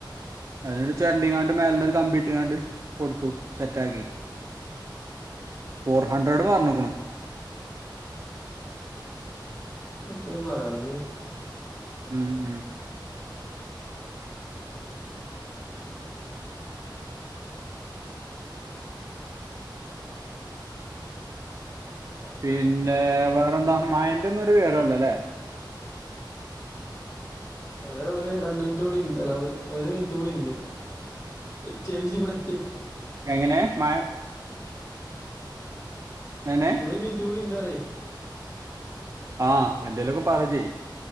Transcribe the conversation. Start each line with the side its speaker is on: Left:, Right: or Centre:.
Right: അതൊരു ചെറണ്ടീങ്ങാണ്ട് മേലന്നൊരു കമ്പീട്ട്ങ്ങാണ്ട് കൊടുത്തു സെറ്റ് ആക്കി ഫോർ ഹൺഡ്രഡ് പറഞ്ക്ണു.
Left: ഇതിനുത്തരം പറയരുന്നേ
Right: ഉം ഉം
Left: ആഹ്
Right: പിന്നെ വേറെ എന്താ മാഴന്റെന്നൊരു വിവരുംല്ലലേ
Left: ഏ ഹ് ഒരു രണ്ട് മിനിറ്റ് കൂടി ഉണ്ട് അല്ല ഒരു മിനിറ്റ് കൂടി ഉണ്ട് ചേച്ചി ഇവടെത്തി
Right: എങ്ങനെ മഴണ്ടോ എങ്ങനെ
Left: രണ്ട് മിനിറ്റും കൂടെ ഇണ്ട്പറ
Right: ആഹ് എന്തേലുക്കെ പറ ഇജ്